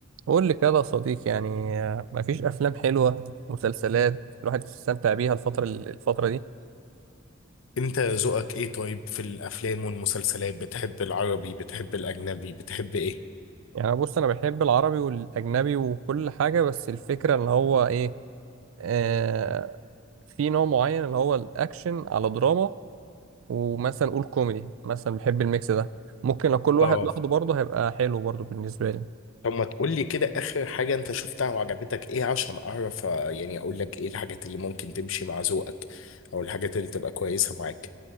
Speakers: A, on the right; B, on the left.
A: قول لي كده يا صديقي يعني آه، مفيش افلام حلوه مسلسلات الواحد يستمتع بيها الفتره الفتره دي
B: انت ذوقك ايه طيب في الافلام والمسلسلات بتحب العربي بتحب الاجنبي بتحب ايه
A: يعني بص انا بحب العربي والاجنبي وكل حاجه بس الفكره ان هو ايه آه في نوع معين اللي هو الاكشن على دراما ومثلا قول كوميدي مثلا بحب الميكس ده ممكن لو كل واحد
B: اه
A: لوحده برضه هيبقى حلو برضه بالنسبه لي
B: طب ما تقول لي كده اخر حاجة انت شفتها وعجبتك ايه عشان اعرف آه، يعني اقول لك ايه الحاجات اللي ممكن تمشي مع ذوقك او الحاجات اللي تبقى كويسة معاك